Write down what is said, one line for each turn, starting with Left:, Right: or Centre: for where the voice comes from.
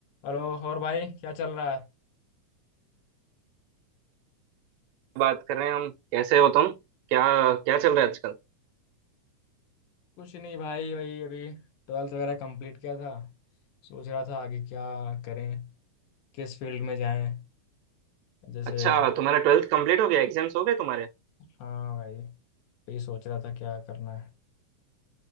Left: Hello और भाई क्या चल रहा है
Right: बात कर रहे हैं हम कैसे हो तुम क्या क्या चल रहा है आजकल
Left: कुछ नहीं भाई वही अभी ट्वेल्थ वगैरह कंप्लीट किया था सोच रहा था आगे क्या करें किस फील्ड में जाएं जैसे
Right: अच्छा तुम्हारा ट्वेल्थ कंप्लीट हो गया एग्जाम्स हो गए तुम्हारे
Left: हाँ भाई तो ये सोच रहा था क्या करना है